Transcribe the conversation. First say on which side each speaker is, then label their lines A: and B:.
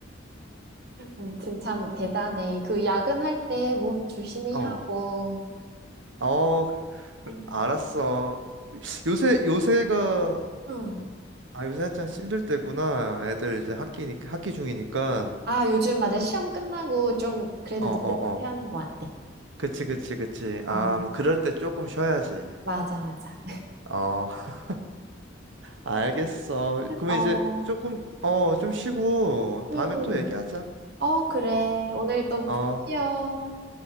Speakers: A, on the right (about 60°); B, on the right (about 80°).
A: 음, 진짜 참 대단해. 그 야근할 때 몸 조심히
B: 어.
A: 하고.
B: 어, 그래,
A: 음.
B: 알았어. 요새 요새가
A: 응.
B: 아 요새 한창 힘들 때구나. 애들 이제 학기니까 학기 중이니까.
A: 아, 요즘 맞아. 시험 끝나고 좀 그래도
B: 어, 어,
A: 느긋한 편인
B: 어.
A: 것 같아.
B: 그치, 그치, 그치. 아,
A: 어, 어.
B: 뭐 그럴 때 조금 쉬어야지.
A: 맞아, 맞아.
B: 어, <laughs> 알겠어. 그러면
A: 어,
B: 이제 조금 어, 좀 쉬고
A: 응,
B: 다음에
A: 응.
B: 또 얘기하자.
A: 어, 그래. 오늘 또
B: 어,
A: 푹 쉬어.